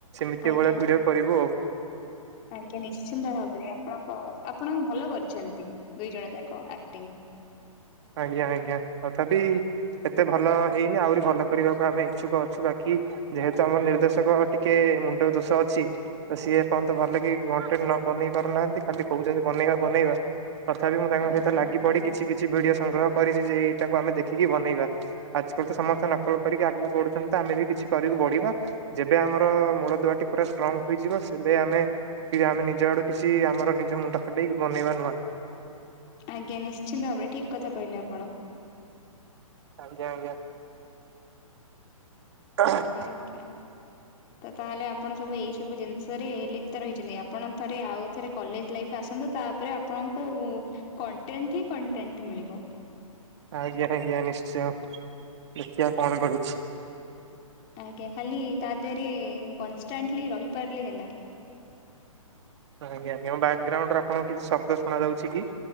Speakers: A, on the right; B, on the left.
A: ସେ
B: ଆଜ୍ଞା
A: ଭଳିଆ ଭିଡିଓ
B: ଆଜ୍ଞା
A: କରିବୁ ଆଉ
B: ଆଜ୍ଞା ନିଶ୍ଚିନ୍ତ ଭାବରେ, ଆପଣଙ୍କ ଆପଣ ଭଲ କରିଛନ୍ତି ଦୁଇ ଜଣ ଯାକ। ଆକ୍ଟିଂ।
A: ଆଜ୍ଞା ଆଜ୍ଞା ତଥାପି। ଏତେ ଭଲ ହେଇନି ଆହୁରି ଭଲ କରିବାକୁ ଆମେ ଇଛୁକ ଅଛୁ, ବାକି ଯେହେତୁ ଆମର ନିର୍ଦ୍ଦେଶକ ଟିକେ ମୁଣ୍ଡ ଦୋଷ ଅଛି। ତ ସିଏ ଏପଯ୍ୟନ୍ତ ଭଲ କଣ୍ଟିନିଉ ନ ବନେଇ ପାରୁନାହାନ୍ତି, ଖାଲି କହୁଛନ୍ତି ବନେଇବା ବନେଇବା। ତଥାପି ମୁଁ ତାଙ୍କ
B: ଆଜ୍ଞା
A: ସହିତ ଲାଗି
B: ଆଜ୍ଞା
A: ପଡି କିଛି କିଛି ଭିଡିଓ ସଂଗ୍ରହ କରିଛି ଯେ -ଏଇଟାକୁ ଆମେ ଦେଖିକି ବନେଇବା। ଆଜିକାଲି ତ ସମସ୍ତେ ନକଲ କରିକି ଆଗକୁ ବଢୁଛନ୍ତି ତ, ଆମେ ବି କିଛି କରିକି ବଢିବା। ଯେବେ ଆମର ମୂଳ ଦୁଆଟି ପୁରା ଷ୍ଟ୍ରଙ୍ଗ ହୋଇଯିବ, ସେବେ ଆମେ କି ଆମେ ନିଜ ଆଡୁ କିଛି ଆମର ନିଜ ମୁଣ୍ଡ ଖଟେଇକି ବନେଇବା ନୁଆ।
B: ଆଜ୍ଞା ନିଶ୍ଚିନ୍ତ ଭାବରେ, ଠିକ କଥା କହିଲେ ଆପଣ।
A: ଆଜ୍ଞା, ଆଜ୍ଞା। <unintelligible>
B: ଆଜ୍ଞା ତ ତାହେଲେ ଆପଣ ସବୁ ଏଇସବୁ ଜିନିଷରେ ଲିପ୍ତ ରହିଛନ୍ତି। ଆପଣ ଥରେ ଆଉ ଥରେ କଲେଜ ଲାଇଫ୍ ଆସନ୍ତୁ, ତାପରେ ଆପଣଙ୍କୁ କଣ୍ଟେଣ୍ଟ ହିଁ କଣ୍ଟେଣ୍ଟ ମିଳିବ।
A: ଆଜ୍ଞା ଆଜ୍ଞା ନିଶ୍ଚୟ ଦେଖିବା କଣ ଗଡୁଛି।
B: ଆଜ୍ଞା, ଖାଲି ତା ଦେହରେ କନଷ୍ଟାଣ୍ଟଲି ରହିପାରିଲେ ହେଲା।
A: ଆଜ୍ଞ ଆଜ୍ଞା ବ୍ୟାଗଗ୍ରାଉଣ୍ଡ ରେ ଆପଣଙ୍କୁ କିଛି ଶବ୍ଦ ଶୁଣାଯାଉଛି କି?